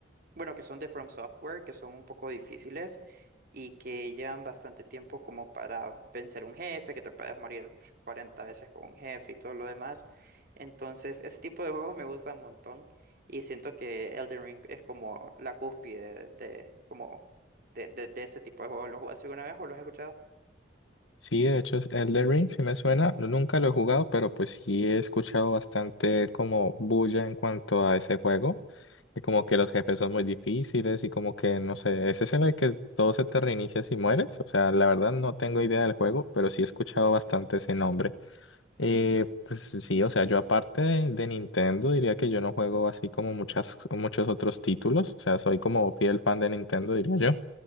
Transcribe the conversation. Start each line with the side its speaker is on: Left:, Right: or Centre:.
Right: bueno, que son de From Software, que son un poco difíciles y que llevan bastante tiempo como para vencer un jefe, que te puedes morir 40 veces con un jefe y todo lo demás. Entonces, ese tipo de juegos me gustan un montón y siento que Elden Ring es como la cúspide de, de- como de, de, de ese tipo de juegos. ¿Lo jugaste alguna vez o lo has escuchado?
Left: Sí, de hecho, es Elden Ring sí me suena, no- nunca lo he jugado, pero pues sí he escuchado bastante como bulla en cuanto a ese juego. Y como que los jefes son muy difíciles y como que, no sé, ese es en el que todo se te reinicia si mueres. O sea, la verdad no tengo idea del juego, pero sí he escuchado bastante ese nombre. Eh, pues sí, o sea, yo aparte de, de Nintendo diría que yo no juego así como muchas, muchos otros títulos. O sea, soy como fiel fan de Nintendo, diría yo.